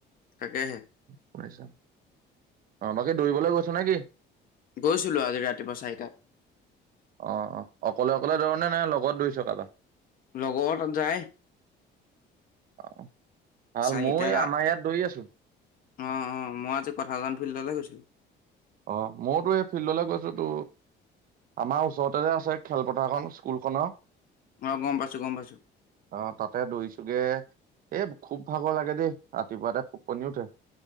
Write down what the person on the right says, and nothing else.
শুছ অ বাকী দৌৰিবলৈ গৈছ নে কিি
অ অ অকলে অকলে ধৰণে নাই লগত ধৰিছকাাবটা
অ ভাল
মই আমাৰ ইয়াত দৌৰি আছো
অ মইতো এই ফিল্ডলৈ গৈছো তো আমাৰ ওচৰতে যে আছে খেলপথাৰখন স্কুল খনৰ
অ তাতে দৰিছোোগে এ খুব ভাগৰ লাগে দেই ৰাতিপুৱা এটা ফুবপনি উঠে